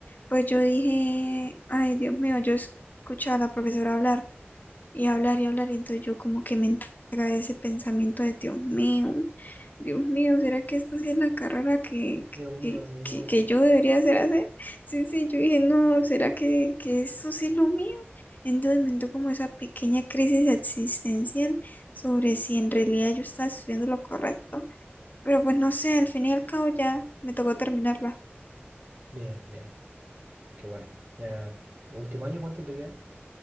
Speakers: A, on the left (about 45°); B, on the right (about 55°).
A: pues yo dije, ay, Dios mío, yo escuchaba a la profesora hablar. y hablar y hablar, y entonces yo como que me entra ese pensamiento de Dios mío, Dios mío, ¿será que esta sí es la carrera que,
B: Dios mío,
A: que,
B: señor.
A: que, que yo debería hacer hacer? Sí, sí, yo dije, no, ¿será que, que eso sí es lo mío? Entonces me entró como esa pequeña crisis existencial sobre si en realidad yo estaba estudiando lo correcto. Pero pues no sé, al fin y al cabo ya me tocó terminarla.
B: Bien, bien. Qué bueno. Ya, último año, ¿cuánto te queda?